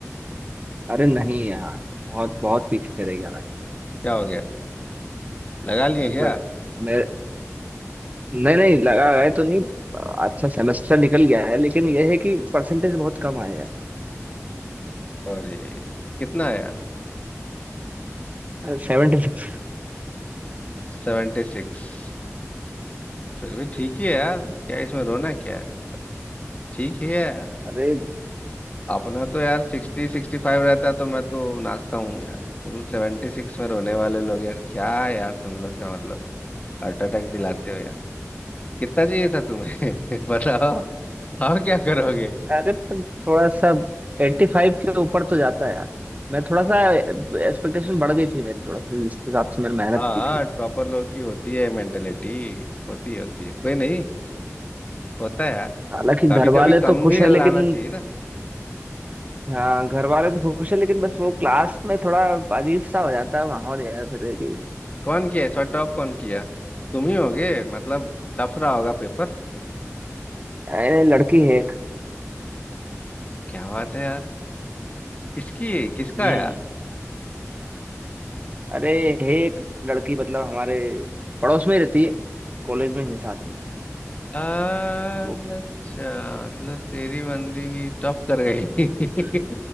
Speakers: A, on the right; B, on the left.
A: अरे नहीं यार बहुत बहुत पीछे रह गया भाई
B: क्या हो गया लगा लिए
A: मतलब
B: क्या
A: मेरे नहीं नहीं लगा गए तो नहीं अच्छा सेमेस्टर निकल गया है लेकिन यह है कि परसेंटेज बहुत कम आया
B: और कितना आया
A: है Seventy six
B: सेवेंटी सिक्स फिर भी ठीक ही है यार क्या इसमें रोना क्या है मतलब ठीक ही है यार।
A: अरे 76
B: अपना तो यार सिक्सटी सिक्सटी फाइव रहता तो मैं तो नाचता हूँ यार तुम सेवेंटी सिक्स में रोने वाले लोग यार क्या यार तुम लोग का मतलब हार्ट अटैक दिलाते हो यार कितना चाहिए था तुम्हें <laughs> बताओ अब क्या करोगे
A: अरे अरे पर थोड़ा सा एट्टी फाइव के ऊपर तो जाता है यार मैं थोड़ा सा एक्सपेक्टेशन बढ़ गई थी मेरी थोड़ा सा जिस हिसाब से मैंने मेहनत
B: हाँ
A: की थी
B: टॉपर लोग की होती है मेंटेलिटी होती है होती है कोई नहीं होता है यार
A: हालांकि
B: कभी
A: घर
B: कभी
A: वाले
B: कम
A: तो खुश
B: भी
A: है लेकिन
B: लाना चाहिए ना
A: हाँ घर वाले तो खुश है लेकिन बस वो क्लास में थोड़ा अजीब सा हो जाता है माहौल यार फिर कि
B: कौन किया इस बार टॉप कौन किया तुम ही होगे मतलब टफ रहा होगा पेपर
A: अरे लड़की है एक
B: क्या बात है यार किसकी किसका
A: हम्म
B: आया
A: अरे है एक लड़की मतलब हमारे पड़ोस में ही रहती है कॉलेज में ही है साथ में
B: अच्छा
A: वो की
B: मतलब तेरी बंदी टॉप कर गई <laughs>
A: हम्म।